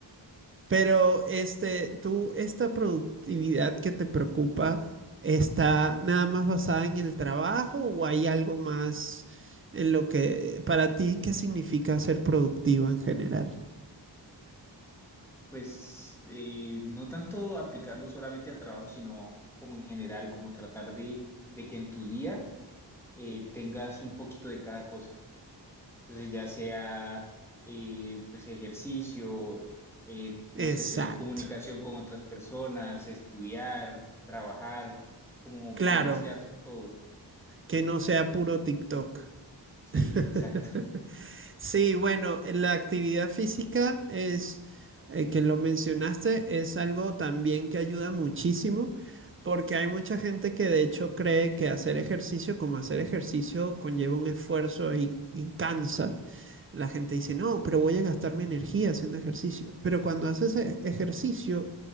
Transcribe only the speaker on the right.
Pero este, tú, esta productividad que te preocupa, ¿está nada más basada en el trabajo o hay algo más en lo que, para ti, qué significa ser productivo en general?
Exacto.
Claro,
que no sea puro TikTok.
<laughs>
Sí, bueno, la actividad física es, eh, que lo mencionaste, es algo también que ayuda muchísimo, porque hay mucha gente que de hecho cree que hacer ejercicio como hacer ejercicio conlleva un esfuerzo y, y cansa. La gente dice, no, pero voy a gastar mi energía haciendo ejercicio. Pero cuando haces e- ejercicio,